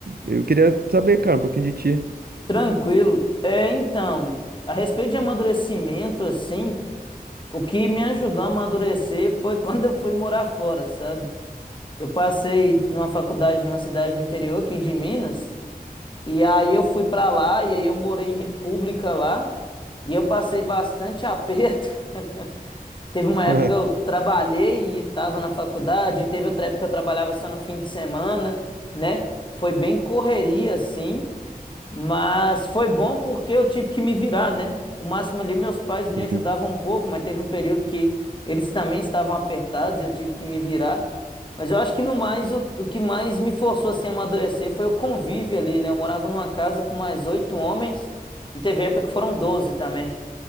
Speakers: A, on the right (about 85°); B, on the left (about 30°).
A: Eu queria saber, cara, um pouquinho de ti.
B: tranquilo. É, então, a respeito de amadurecimento, assim, o que me ajudou a amadurecer foi <laughs> quando eu fui morar fora, sabe? Eu passei numa faculdade numa cidade do interior aqui de Minas. E aí eu fui pra lá e aí eu morei em República lá e eu passei bastante aperto. <laughs> Teve uma
A: <laughs>
B: época que eu trabalhei e estava na faculdade, teve outra época que eu trabalhava só no fim de semana, né? Foi bem correria assim. Mas foi bom porque eu tive que me virar, né? O máximo ali, meus pais me
A: Sim.
B: ajudavam um pouco, mas teve um período que eles também estavam apertados e eu tive que me virar. Mas eu acho que no mais, o, o que mais me forçou assim, a amadurecer foi o convívio ali, né? Eu morava numa casa com mais oito homens e teve época que foram doze também.